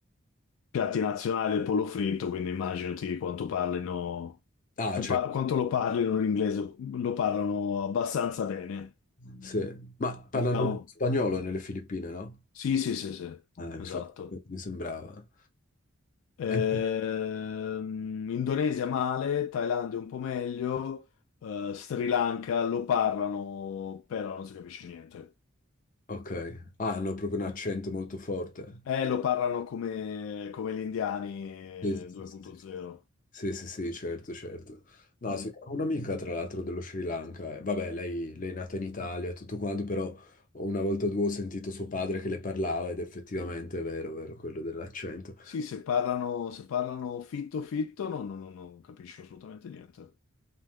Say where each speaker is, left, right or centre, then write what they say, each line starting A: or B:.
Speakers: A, on the left; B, on the left.
A: piatti nazionali è il pollo fritto, quindi immaginati quanto parlino,
B: Ah, cioè,
A: pa- quanto lo parlino l'inglese, lo parlano abbastanza bene,
B: sì. Ma parlano
A: diciamo.
B: spagnolo nelle Filippine, no?
A: Sì, sì, sì, sì,
B: Eh, infatti,
A: esatto.
B: mi sembrava.
A: Ehm,
B: Eh,
A: Indonesia male, Thailandia un po' meglio, eh, Sri Lanka lo parlano, però non si capisce niente.
B: ok. Ah, hanno proprio un accento molto forte.
A: Eh, lo parlano come, come gli indiani eh,
B: Sì, sì,
A: 2.0.
B: sì, sì, sì. Sì, sì, sì, certo, certo. No,
A: Mm.
B: sì, ho un'amica, tra l'altro, dello Sri Lanka. eh, Vabbè, lei, lei è nata in Italia, e tutto quanto, però una volta o due ho sentito suo padre che le parlava ed effettivamente è vero, è vero, quello dell'accento.
A: Sì, se parlano, se parlano fitto fitto, no, no, no, non capisco assolutamente niente.